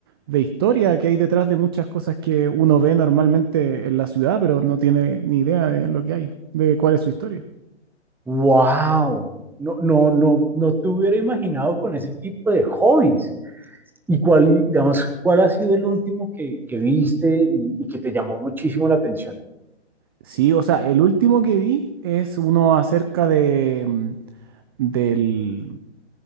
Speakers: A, on the right (about 20°); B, in the centre.
A: de historia que hay detrás de muchas cosas que uno ve normalmente en la ciudad, pero no tiene ni idea de lo que hay, de cuál es su historia.
B: ¡Wow! No, no, no, no te hubiera imaginado con ese tipo de hobbies. ¿Y cuál, digamos, cuál ha sido el último que, que viste y, y que te llamó muchísimo la atención?
A: Sí, o sea, el último que vi es uno acerca de, mm, del,